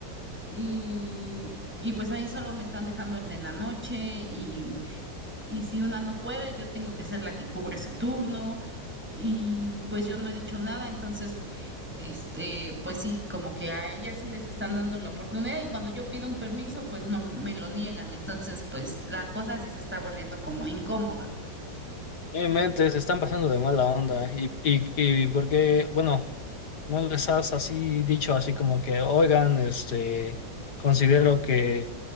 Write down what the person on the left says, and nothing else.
En mi mente se están pasando de mala onda. Y, y, y por qué, bueno, no les has así dicho así como que, oigan, este, considero que